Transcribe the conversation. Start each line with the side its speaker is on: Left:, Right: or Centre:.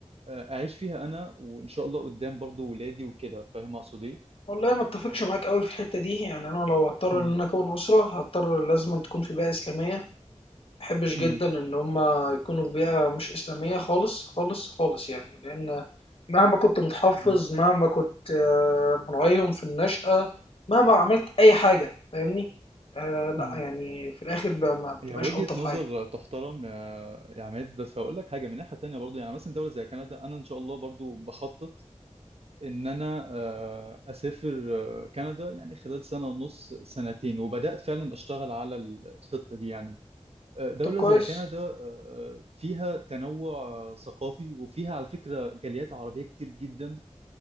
Right: آه، اعيش فيها انا وان شاء الله قدام برضو ولادي وكده فاهم اقصد ايه
Left: والله ما اتفقش معاك قوي في الحتة دي يعني أنا لو هضطر
Right: امم
Left: إن أنا أكون أسرة هضطر لازم تكون في بيئة إسلامية ماباحبش
Right: امم
Left: جدًا إن هم يكونوا في بيئة مش إسلامية خالص، خالص، خالص يعني، لإن مهما كنت متحفّظ،
Right: امم
Left: مهما كنت آه، مراعيهم في النشأة، مهما عملت أي حاجة فاهمني، آآ لأ
Right: امم
Left: يعني في الآخر ب ما بتبقاش
Right: هي وجهة
Left: ألطف
Right: نظر
Left: حاجة.
Right: تحترم يا يا عماد بس هقول لك حاجة من ناحية تانية برضو يعني مثلا دولة زي كندا أنا إن شاء الله برضو بخطط ان انا آه، اسافر آه، كندا يعني خلال سنه ونص سنتين وبدات فعلا اشتغل على الخطه دي يعني آه، دوله
Left: طب كويس،
Right: زي كندا آه، فيها تنوع آه، ثقافي وفيها على فكره جاليات عربيه كتير جدا